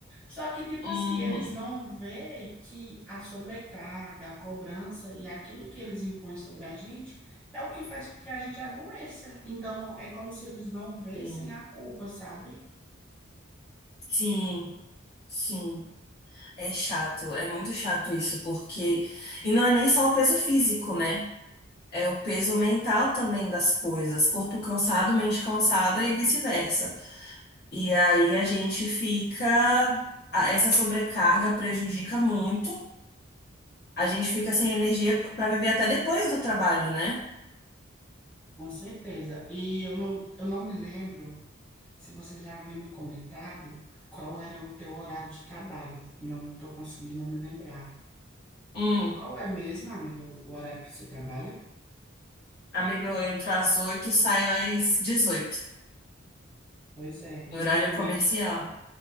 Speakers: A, in the centre; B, on the left (about 50°).
A: Só que, tipo
B: uhum,
A: assim, eles não vê que a sobrecarga, a cobrança e aquilo que eles impõem sobre a gente é o que faz com que a gente adoeça. Então, é como se eles não vissem
B: hum.
A: a culpa, sabe?
B: Sim, sim. É chato, é muito chato isso, porque. E não é nem só o peso físico, né? É o peso mental também das coisas. Corpo cansado, mente cansada e vice-versa. E aí a gente fica. a- Essa sobrecarga prejudica muito. A gente fica sem energia para viver até depois do trabalho, né?
A: Com certeza. E eu não, eu não me lembro Se você já havia me comentado qual era o teu horário de trabalho, não estou conseguindo me lembrar.
B: Hum,
A: Qual é mesmo, amiga, o horário que você trabalha?
B: amigo, eu entro às oito saio às dezoito
A: Pois é,
B: no
A: e
B: horário
A: o
B: comercial.
A: meu,